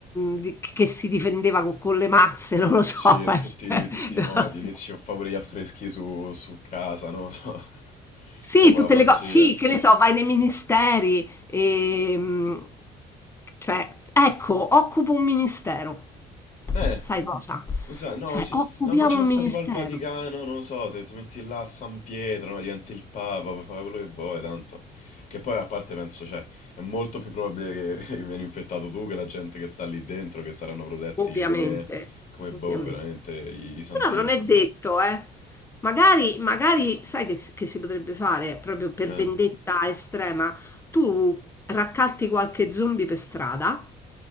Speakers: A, on the left; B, on the left.
A: mh, di- che si difendeva co- con, le mazze, <laughs> non lo
B: Sì,
A: so.
B: in
A: eh.
B: tutti,
A: Sì,
B: tutti
A: sì, sì.
B: i modi, inizio
A: <laughs> No.
B: a fare pure gli affreschi su, su casa, no? <laughs>
A: Sì,
B: So, proprio
A: tutte
B: la pazzia.
A: le cose, sì, che ne so, vai nei ministeri, ehm, cioè, ecco, occupo un ministero,
B: Eh,
A: sai cosa?
B: lo sai, no,
A: Cioè,
B: sì,
A: occupiamo
B: no, immagina
A: un
B: sta
A: ministero,
B: tipo al Vaticano, non lo so, te- ti metti là a San Pietro, no, diventi il Papa, puoi fare quello che vuoi, tanto. Che poi a parte penso, cioè, è molto più probabile che <laughs> vieni infettato tu che la gente che sta lì dentro, che saranno protetti
A: ovviamente,
B: come, come
A: ovviamente.
B: boh, veramente, i, i santini.
A: Però non è detto, eh. Magari, magari, sai che, si che si potrebbe fare, proprio per
B: Eh,
A: vendetta estrema, tu raccatti qualche zombie per strada,